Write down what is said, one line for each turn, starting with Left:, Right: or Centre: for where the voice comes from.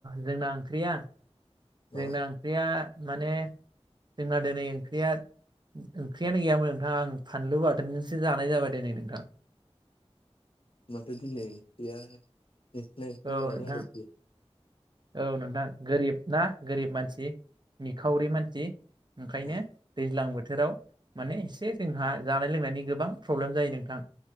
Right: जोंना ओंख्रिया
Left: अ
Right: जोंना ओंख्रिया माने जोंना दिनै ओंख्रिया ओंख्रियानो गैयामोन नोंथां आं फानलु बाथोनजोंसो जानाय जाबाय दिनै नोंथां <inaudible>
Left: होनबाथो दिनैनिया नोंसिना एसे
Right: औ
Left: माबा
Right: नोंथां
Left: आरोखि
Right: औ नोंथां गोरिब ना गोरिब मानसि निखावरि मानसि ओंखायनो
Left: औ
Right: दैज्लां बोथोर बोथोराव माने एसे जोंहा जानाय लोंनायनि गोबां प्रब्लेम जायो नोंथां